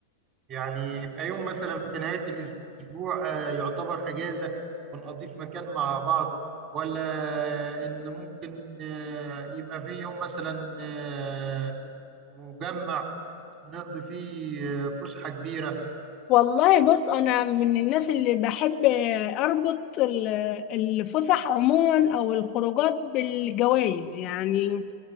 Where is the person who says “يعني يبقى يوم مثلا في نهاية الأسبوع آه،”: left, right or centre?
Right